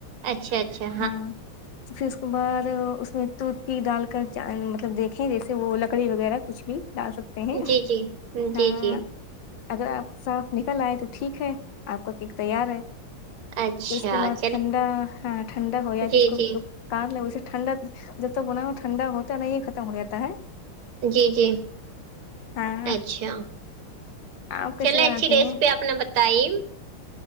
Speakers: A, on the right; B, on the left.
A: اچھا اچھا
B: ہاں پھر اس کے بعد اس میں دودھ پ ڈال کر مطلب دیکھ جیسے وہ لکڑی وغیرہ کچھ بھی ڈال سکتے ہیں
A: جی جی
B: ہوں
A: جی جی
B: اگر آپ صاف نکل آئے تو ٹھیک ہے آپ کا کیک تیار ہے
A: اچھا
B: پھر اس کے بعد
A: چل
B: ٹھنڈا ہاں ٹھنڈا ہو جائے
A: جی
B: تو اس کو
A: جی
B: کار ل اسے ٹھنڈا جب تک بنا ہو ٹھنڈا ہوتا ہے نہیں ختم ہو جاتا ہے
A: جی جی
B: ہاں
A: اچھا
B: آپ کیسے
A: چلے
B: بناتی
A: اچھی ریسیپی
B: ہیں
A: آپ نے بتائی